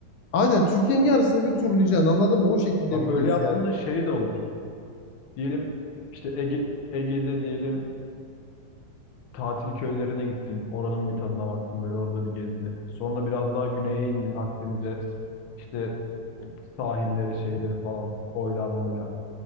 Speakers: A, on the left (about 70°); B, on the left (about 85°).
A: aynen Türkiye'nin yarısını bir turlayacaksın anladın mı? O şekilde
B: Bak
A: bir gez
B: öyle yaptığında
A: yani.
B: şey de olur. Diyelim işte Ege, Ege'de diyelim tatil köylerine gittin. Oranın bir tadına baktın. Böyle orada bir gezdin. Sonra biraz daha güneye indin Akdeniz'e. İşte o sahilleri şeyleri falan koylar moylar.